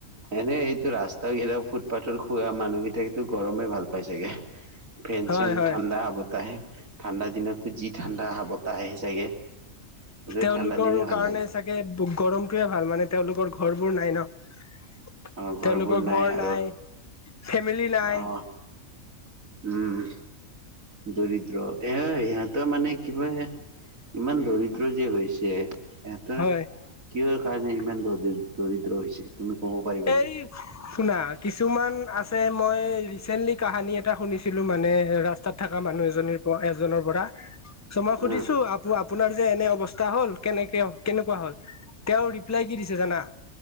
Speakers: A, on the right; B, on the left.
A: এনে এইটো ৰাস্তা তাক এয়া ফুটপাথৰ শুৱা মানুহকেইটাতো গৰমেই ভাল পাই চাগে। ফেন
B: হয়
A: চেন
B: হয়
A: ঠাণ্ডা বতাহ আহে। ঠাণ্ডা দিনততো যি ঠাণ্ডা বতাহ আহে চাগে। সেইটো
B: তেওঁলোকৰ
A: ঠাণ্ডা দিনে ভাল
B: কাৰণে
A: লাগে
B: চাগে গৰমটোৱে ভাল মানে তেওঁলোকৰ ঘৰবোৰ নাই ন'।
A: আমাৰ ঘৰবোৰ
B: তেওঁলোকৰ ঘৰ
A: আৰু
B: নাই, ফেন ফেমিমিলি নাই।
A: অ উম, দৰিদ্ৰ এ, সিহঁতৰ মানে কিবা ইমান দৰিদ্ৰ যে হৈছে। সিহঁতৰ
B: হয়
A: কিহৰ কাৰণে ইমান দ-দৰিদ্ৰ হৈছে। তুমি ক'ব পাৰিবা নেকি
B: এই, শুনা কিছুমান আছে তে মই ৰিচেণ্টলি কাহানী এটা শুনিছিলোঁ মানে ৰাস্তাত থকা মানুহ এজনীৰপৰা এজনৰপৰা।
A: <unintelligible>
B: চ' মই সুধিছোঁ
A: উম
B: আপো আপ আপোনাৰ যে এনে অৱস্থা হ'ল কেনেকে কেনেকুৱা হ'ল, তেওঁৰ ৰিপ্লাই কি দিছে জানা?